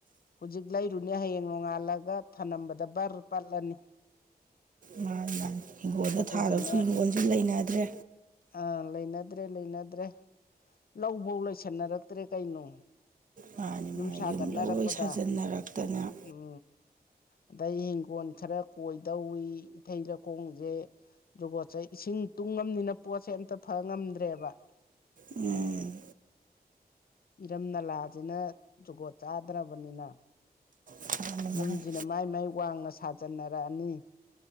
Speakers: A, on the left (about 65°); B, on the right (about 55°).
A: ꯍꯧꯖꯤꯛ ꯂꯩꯔꯨꯅꯦ ꯍꯌꯦꯡ ꯅꯣꯡꯉꯥꯜꯂꯒ ꯊꯂꯝꯝꯕꯗ ꯕꯔ ꯄꯠꯂꯅꯤ
B: ꯃꯥ ꯃꯥ ꯍꯤꯡꯒꯣꯜꯗ
A: ꯑꯗꯨꯗꯨꯅ
B: ꯊꯥꯗꯕꯁꯨ ꯍꯤꯡꯒꯣꯜꯁꯨ ꯂꯩꯅꯗ꯭ꯔꯦ
A: ꯑꯥ ꯂꯩꯅꯗ꯭ꯔꯦ ꯂꯩꯅꯗ꯭ꯔꯦ ꯂꯧꯐꯧ ꯂꯣꯏꯁꯟꯅꯔꯛꯇ꯭ꯔꯦ ꯀꯩꯅꯣ
B: ꯃꯥꯅꯦ ꯃꯥꯅꯦ
A: ꯌꯨꯝ ꯁꯥꯒꯠꯅꯔꯛꯄꯗ
B: ꯂꯣꯏ ꯁꯥꯖꯟꯅꯔꯛꯇꯅ
A: ꯎꯝ ꯑꯗꯩ ꯍꯤꯡꯒꯣꯜ ꯈꯔ ꯀꯣꯏꯗꯧꯏꯤ ꯏꯊꯩ ꯂꯧꯈꯣꯡꯁꯦ ꯖꯨꯒꯣꯠ ꯆꯩ ꯏꯁꯤꯡ ꯇꯨꯡꯉꯕꯅꯤꯅ ꯄꯣꯠꯁꯦ ꯑꯝꯇ ꯐ ꯉꯝꯗ꯭ꯔꯦꯕ
B: ꯎꯝ
A: ꯏꯔꯝ ꯅꯂꯥꯁꯤꯅ ꯖꯨꯒꯣꯠ ꯆꯥꯗ꯭ꯔꯕꯅꯤꯅ
B: ꯃꯥꯅꯦ
A: ꯌꯨꯝꯖꯤꯅ
B: ꯃꯥꯅꯦ
A: ꯃꯥꯏ ꯃꯥꯏ ꯋꯥꯡꯅ ꯁꯥꯖꯟꯅꯔꯛꯑꯅꯤ